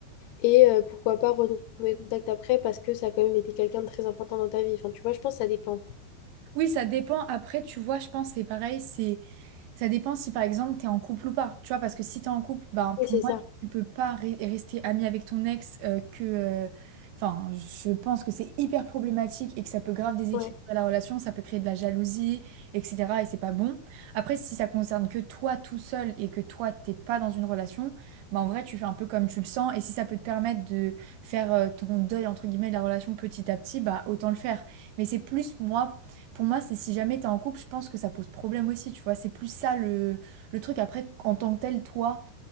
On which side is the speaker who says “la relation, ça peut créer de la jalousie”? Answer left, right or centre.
Right